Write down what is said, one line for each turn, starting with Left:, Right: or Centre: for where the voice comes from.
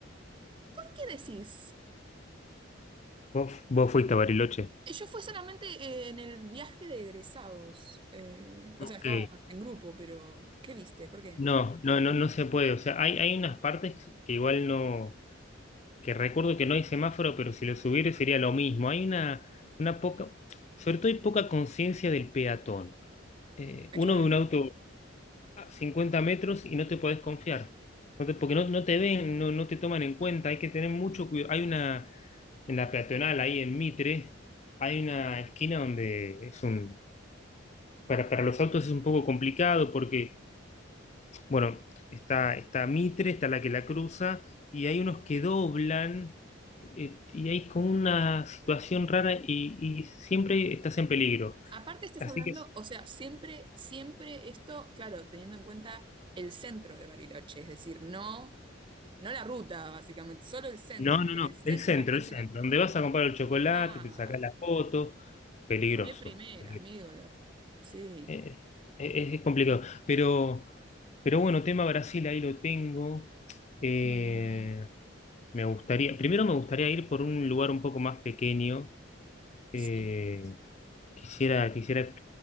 Right: ¿Qué decís?
Left: ¿Vos, vos fuiste a Bariloche?
Right: Eh, Yo fue solamente eh, en el viaje de egresados. eh,
Left: Ok.
Right: o sea, estaba en grupo, pero ¿qué viste? ¿Por qué?
Left: No, no, no, no se puede. O sea, hay, hay unas partes que igual no, que recuerdo que no hay semáforo, pero si lo subiera sería lo mismo. Hay una, una poca, sobre todo hay poca conciencia del peatón. Eh,
Right: Ah,
Left: uno
Right: Claro.
Left: ve un auto a 50 metros y no te podés confiar. No te- porque no, no te ven, no, no te toman en cuenta, hay que tener mucho cuidado. Hay una, en la peatonal, ahí en Mitre, hay una esquina donde es un, para, para los autos es un poco complicado porque Bueno, está, está Mitre, está la que la cruza, y hay unos que doblan, eh, y hay como una situación rara y, y siempre estás en peligro.
Right: Aparte estás
Left: Así
Right: hablando,
Left: que sí.
Right: o sea, siempre, siempre esto, claro, teniendo en cuenta el centro de Bariloche, es decir, no, no la ruta, básicamente, solo el centro.
Left: No, no,
Right: que
Left: no.
Right: En el
Left: El
Right: centro
Left: centro,
Right: la gente
Left: el centro.
Right: no.
Left: Donde vas a comprar el chocolate,
Right: Claro.
Left: te sacas la foto. Peligroso.
Right: Poné primera,
Left: peligro-
Right: amigo. la- sí.
Left: eh, eh, es, es complicado. Pero, pero bueno, tema Brasil, ahí lo tengo. Eh,
Right: Mm,
Left: me gustaría, primero me gustaría ir por un lugar un poco más pequeño. Eh,
Right: Sí.
Left: quisiera, quisiera.